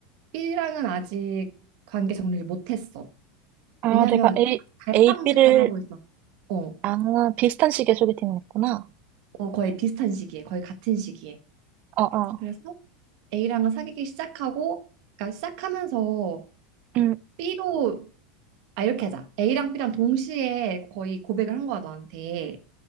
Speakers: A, on the right; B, on the right.
A: B랑은 아직 관계 정리를 못했어.
B: 아,
A: 왜냐하면
B: 내가 A,
A: 갈팡질팡하고
B: A, B를,
A: 있어. 어,
B: 아, 비슷한 식의 소개팅을 했구나.
A: 어, 거의 비슷한 시기에, 거의 같은 시기에.
B: 어, 어,
A: 그래서 A랑은 사귀기 시작하고, 그러니까 시작하면서
B: 응,
A: B도 아 이렇게 하자. A랑 B랑 동시에 거의 고백을 한 거야 너한테.